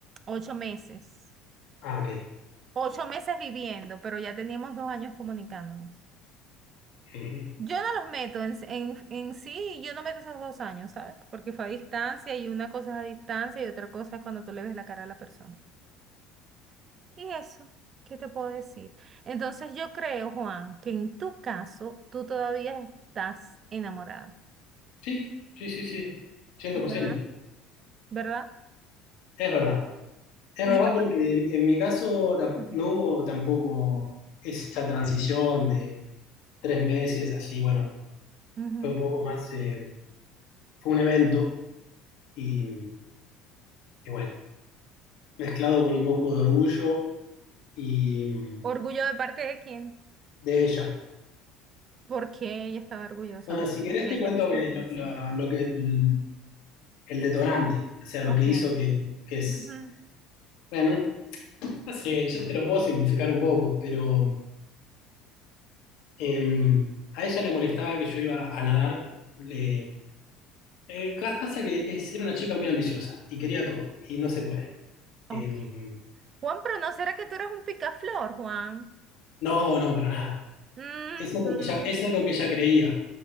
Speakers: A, on the right (about 40°); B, on the left (about 70°).
A: ocho meses.
B: Ah, ok.
A: Ocho meses viviendo, pero ya teníamos dos años comunicándonos.
B: Ujú.
A: Yo no los meto en, en, en sí, yo no meto esos dos años, ¿sabes? Porque fue a distancia y una cosa es a distancia y otra cosa es cuando tú le ves la cara a la persona. Y eso, ¿qué te puedo decir? Entonces yo creo, Juan, que en tu caso tú todavía estás enamorado,
B: Sí, sí, sí, sí. cien
A: ¿verdad?
B: por ciento
A: ¿Verdad?
B: Es verdad. Es
A: Y
B: verdad porque en en mi caso tam-
A: ahora-
B: no hubo tampoco esa transición de tres meses así. Bueno,
A: Ujú.
B: fue un poco más... eh, fue un evento y, y bueno. mezclado con un poco de orgullo y mm,
A: ¿Orgullo de parte de quién?
B: de ella.
A: ¿Por qué ella estaba orgullosa?
B: Bueno,
A: ¿O
B: si querés
A: ¿Por qué
B: te
A: ella
B: cuento
A: se sentía
B: que lo,
A: así?
B: la- lo que el, detonante, o sea, lo
A: Ok.
B: que hizo que, que es,
A: Ujú.
B: bueno, no sé, yo te lo puedo simplificar un poco, pero em, a ella le molestaba que yo iba a nadar. Le, eh, ca- pasa que es- era una chica muy ambiciosa y quería todo, y no se puede.
A: Ok.
B: Em,
A: Juan, pero ¿no será que tú eres un picaflor, Juan?
B: no, no, para nada.
A: Ujú.
B: Eso es lo que ella, eso es lo que ella creía.